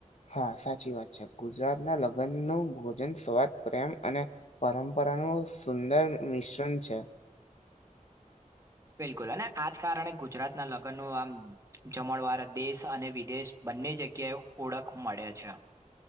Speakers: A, on the left; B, on the right.
A: હા સાચી વાત છે ગુજરાત ના લગ્ન નું ભોજન સ્વાદ પ્રેમ અને પરંપરાનું સુંદર મિશ્રણ છે.
B: બિલકુલ અને આજ કારણે ગુજરાત ના લગ્નનું આમ જમણવાર દેશ અને વિદેશ બંને જગ્યાએ ઓળખ મળે છે.